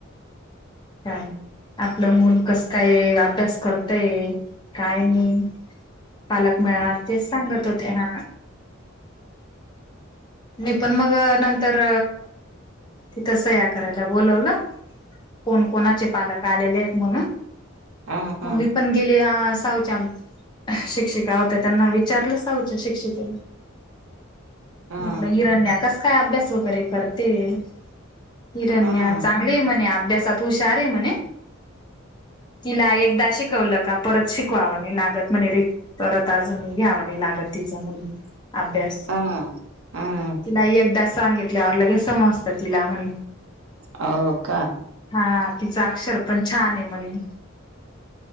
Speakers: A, on the left (about 20°); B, on the right (about 85°).
A: काय नाही आपलं मुल कस काय अभ्यास करतय काय नाही पालक मेळावा तेच सांगत होते ह म पण मग नंतर त तस सह्या करायला बोोलवलं कोण कोणाचे पालक आलेले आहेत म्हणून
B: हा हा
A: मग मी पण गेले साऊच्या शिक्षिका होत्या त्यांना विचारलं साऊच्या शिक्षिकेने
B: हा
A: म्हटलं हिरणण्या कस काय अभ्यास वगैरे करते हिरण्या
B: हा
A: चांगली म्हणे अभ्यासात हुशार आहे म्हणे तिला एकदा शिकवलं का परत शिकवावं मी लागत म्हणे रे परत अजून घ्यावा नाही लागत तिचं म्हून अभ्यास
B: हा हा
A: तिला एकदा सांगितल्यावर लगे समजतं तिला म्हण
B: हो का
A: हा तिचा अक्षर पण छान आहे म्हणे